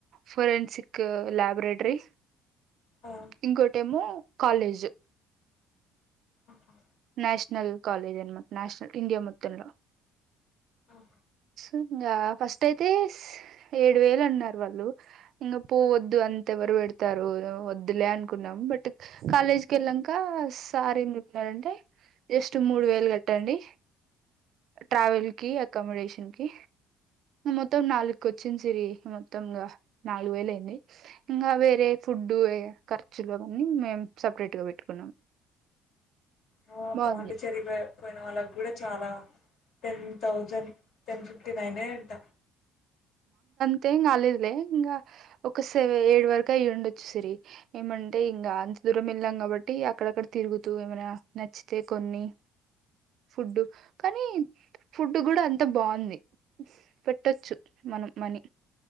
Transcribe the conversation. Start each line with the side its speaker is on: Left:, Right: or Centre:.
Right: ఫొరెన్సిక్ ల్యాబరేటరీ
Left: ఆ
Right: ఇంకోటిమో కాలేజు
Left: ఓహా
Right: నేషనల్ కాలేజ్ అనమాట నేషనల్ ఇండియా మొత్తంలో
Left: ఆఓ
Right: ఇంగ ఫస్ట్ అయితే స్ ఏడు వేలు అన్నారు వాళ్ళు ఇంగ పువ్ వద్దు అంత ఎవరు పెడతారు వద్దులే అనుకున్నాం. బట్ కాలేజ్కి వెళ్ళాంక సార్ ఏం చెప్పినాడు అంటే జస్ట్ మూడు వేలు కట్టండి ట్రావెల్ కి, అకామిడేషన్ కి మొత్తం నాలుగుకు వచ్చింది సిరి మొత్తంగా నాలుగు వేలు అయింది. ఇంగా వేరే ఫుడ్ యే ఖర్చులు అవన్నీ మేము సెపరేట్గా పెట్టుకున్నాం.
Left: ఆ
Right: బాగుంది
Left: పాండిచెరివె పోయిన వాళ్ళకి కూడా చాలా టెన్ థౌజండ్ టెన్ ఫిఫ్టీ నైనే అంట
Right: మాంకంతేం కాలేదులే ఇంగ ఒక స ఏడు వరకు అయిండొచ్చు సిరి ఏమ అంటే ఇంకా అంత దూరం వెళ్ళాం కాబట్టి అక్కడక్కడ తిరుగుతూ ఏమైనా నచ్చితే కొన్ని ఫుడ్డు కానీ ఫుడ్ కూడా అంత బాగుంది పెట్టచ్చు మనం మనీ